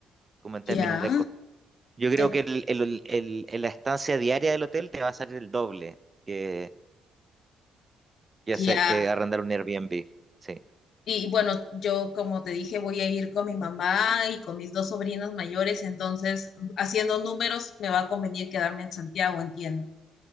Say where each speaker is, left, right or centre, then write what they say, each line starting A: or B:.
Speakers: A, on the right; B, on the left.
A: como en términos
B: ya,
A: de costo. Yo creo
B: en-
A: que el, el, el- el- la estancia diaria del hotel te va a salir el doble que, que, hacer-
B: ya.
A: que arrendar un Airbnb. sí.
B: Y bueno, yo como te dije, voy a ir con mi mamá y con mis dos sobrinos mayores, entonces haciendo números me va a convenir quedarme en Santiago, entiendo.